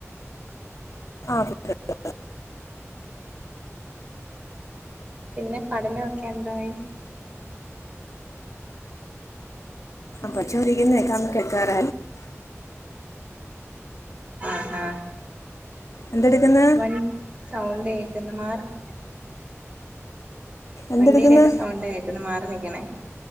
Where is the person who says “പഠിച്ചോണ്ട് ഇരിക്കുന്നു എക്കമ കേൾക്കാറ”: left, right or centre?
Left